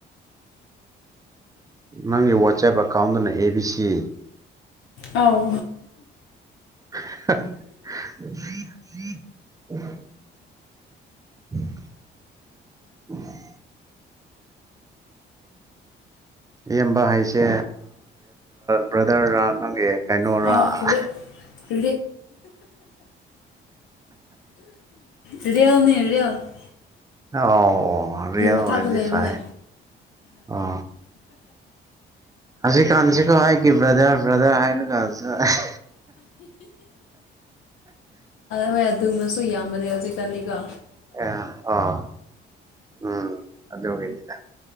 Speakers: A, on the right; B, on the left.
A: ꯅꯪꯒꯤ ꯋꯥꯆꯦꯞ ꯑꯦꯀꯥꯎꯟꯗꯅ ꯑꯦ ꯕꯤ ꯁꯤ
B: ꯑꯥꯎ
A: ꯍꯥ ꯍꯥ ꯎ <unintelligible> <inaudible> ꯏꯌꯥꯝꯕ ꯍꯥꯏꯁꯦ ꯕ꯭ꯔꯗꯔꯔꯥ ꯅꯪꯒꯤ ꯀꯩꯅꯣꯔꯥ
B: ꯑ <inaudible> ꯑꯗꯨꯦꯅꯤꯔ <unintelligible>
A: ꯑꯣꯗꯤꯁꯦ
B: ꯃꯊꯥꯛꯇ ꯂꯩꯕꯅꯦ
A: ꯑ ꯍꯧꯖꯤꯛꯀꯥꯟꯁꯤꯀꯣ ꯍꯥꯏꯒꯤ ꯕ꯭ꯔꯗꯔ ꯕ꯭ꯔꯗꯔ ꯍꯥꯏꯔ ꯀꯥꯟꯁꯤ
B: ꯍꯣꯏ ꯑꯗꯨꯃꯁꯨ ꯌꯥꯝꯗꯅꯦ ꯍꯧꯖꯤꯛꯀꯅꯤꯀꯣ
A: ꯑ ꯑꯣ ꯎꯝ ꯑꯗꯦꯗ